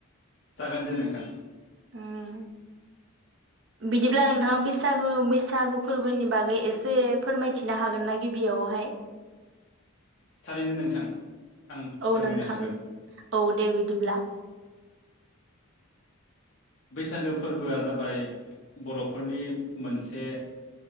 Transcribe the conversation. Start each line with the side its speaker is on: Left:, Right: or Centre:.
Left: जागोन दे नोंथां।
Right: उम बिदिब्ला नोंथाङा बैसागु बैसागु फोरबोनि बागै एसे फोरमायथिनो हागोनना गिबियावहाय?
Left: थारैनो नोंथां आं
Right: औ
Left: फोरमायनो
Right: नोंथां
Left: हागोन
Right: औ दे बिदिब्ला
Left: बैसागो फोरबोआ जाबाय बर'फोरनि मोनसे